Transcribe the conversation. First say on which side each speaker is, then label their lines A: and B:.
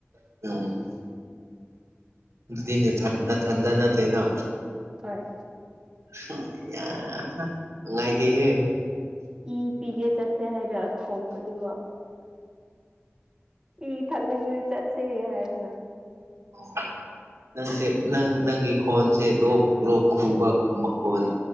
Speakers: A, on the right; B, on the right.
A: <unintelligible> ꯑꯗꯨꯗꯤ ꯅꯊꯟ ꯅꯊꯟꯇ ꯅꯠꯇꯦꯅ
B: ꯍꯣꯏ
A: ꯅꯨꯡꯉꯥꯢꯇꯦꯍꯦ
B: ꯏ ꯄꯤꯒꯦ ꯆꯠꯁꯦ ꯍꯥꯏꯅ ꯈꯣꯝꯕꯅꯦꯕ ꯏ ꯊꯛꯅꯤꯡꯉꯗꯤ ꯆꯠꯁꯦ ꯍꯥꯏꯔꯒ
A: ꯑꯣ ꯅꯪꯁꯦ ꯅꯪ ꯅꯪꯒꯤ ꯈꯣꯟꯁꯦ ꯂꯣꯛ ꯂꯣꯛ ꯈꯨꯕ ꯃꯈꯣꯟ